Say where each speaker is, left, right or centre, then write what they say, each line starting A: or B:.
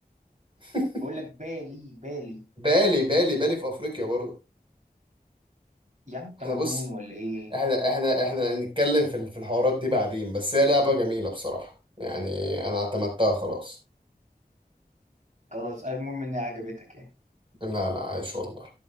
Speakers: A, on the right; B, on the right.
A: <laughs>
B: بقول لك بالي بالي
A: بالي بالي بالي في افريقيا برضه
B: يا عم انت
A: احنا
B: مجنون
A: بص
B: ولا ايه
A: احنا احنا احنا نتكلم في ال- في الحوارات دي بعدين بس هي لعبة جميلة بصراحة يعني انا اعتمدتها خلاص
B: خلاص المهم انها عجبتك يعني
A: لا لا عايش والله